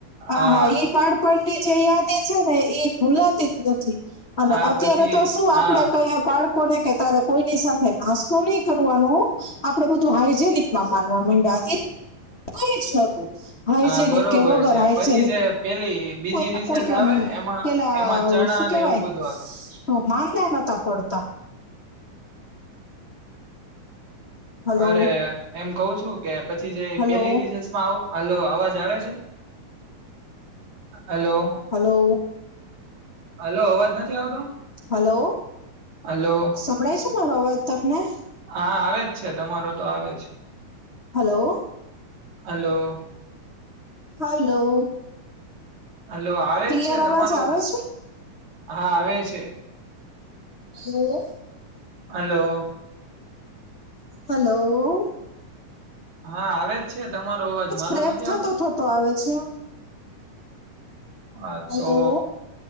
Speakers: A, on the right; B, on the left.
A: હા
B: આહા ઈ બાળ પણની જે યાદી છે ને એ ભૂલાતી જ નથી. અને
A: હા
B: અત્યારે
A: પછી
B: તો શું
A: હા
B: આપડે કહીએ બાળકોને કે તારે કોઈની સાથે નાસ્તો નહી કરવાનું. આપડે બધું હાાઈજેનિકમાં માનવા માંડયા. એ કઈ જ નતું. હાયજેનીક
A: હા બરોબર
B: કે વગર
A: છે
B: હાયજેનીક.
A: પછી જે પેલી. બીજી
B: <unintelligible>
A: રિસેસ આવે એમાં
B: પેલા
A: એમાં ચણા
B: શું
A: અને
B: કેવાય?
A: એવું બધું આપ
B: હ, માંદા નતા પડતા. હલો
A: અરે, એમ કહુ છું કે પછી જે
B: હલો
A: પેલી રીસેસ હ, અવાજ આવે છે, હલો.
B: હલો.
A: હલો, અવાજ નથી આવતો?
B: હલો,
A: હલો
B: સંભળાય છે મારો અવાજ તમને?
A: હા, આવે જ છે તમારો તો આવે જ.
B: હલો.
A: હલો.
B: હલો.
A: હલો, આવે
B: ક્લિયર
A: જ છે તમારો
B: આવે
A: અવાજ
B: છે
A: હા આવે છે.
B: હલો.
A: હલો.
B: હલો.
A: હા, આવે જ છે તમારો અવાજ મારો
B: બ્રેક
A: નથી
B: થતો
A: આવતો?
B: થતો આવે છે
A: હા
B: હલો
A: તો